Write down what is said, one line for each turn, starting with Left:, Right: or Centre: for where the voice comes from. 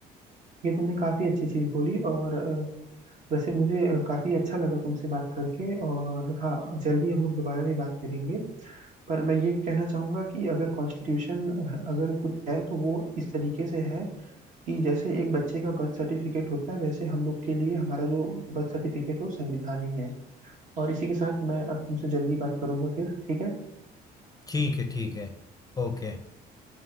Right: ये तुमने काफी अच्छी चीज बोली और अ, वैसे मुझे अ, काफी अच्छा लगा तुमसे बात करके और हाँ जल्दी हम लोग दोबारा भी बात करेंगे पर मैं ये कहना चाहूंगा कि अगर कॉन्स्टिट्यूशन अगर कुछ है तो वो इस तरीके से है कि जैसे एक बच्चे का बर्थ सर्टिफिकेट होता है वैसे हम लोग के लिए हमारा जो बर्थ सर्टिफिकेट है वो संविधान ही है और इसी के साथ मैं अब तुमसे जल्दी बात करूंगा फिर ठीक है
Left: ठीक है ठीक है ओके